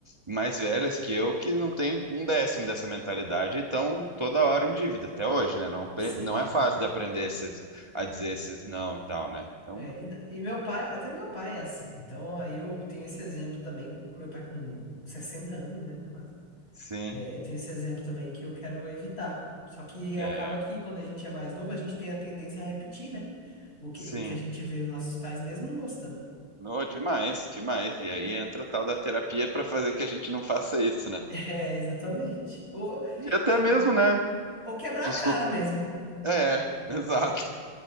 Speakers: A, on the right; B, on the left.
A: mais velhas que eu, que não têm um décimo dessa mentalidade e estão toda hora em dívida, até hoje, né? Não, pre-
B: Sim.
A: não é fácil de aprender esses, a dizer esses não e tal, né? Então,
B: É, e, e meu pai, até meu pai é assim. Então aí eu tenho esse exemplo também, meu pai com 60 anos, né, quase.
A: sim,
B: É, eu tenho esse exemplo também que eu quero evitar. Só que
A: é,
B: acaba que quando a gente é mais novo, a gente tem a tendência a repetir, né? O que,
A: sim.
B: o que a gente vê nos nossos pais mesmo não gostando.
A: No, demais, demais. E aí entra a tal da terapia pra fazer que a gente não faça isso, né?
B: É, exatamente. Ou,
A: E até
B: é,
A: mesmo, né?
B: ou quebrar
A: Desculpa.
B: a cara mesmo.
A: É, <laughs> exato.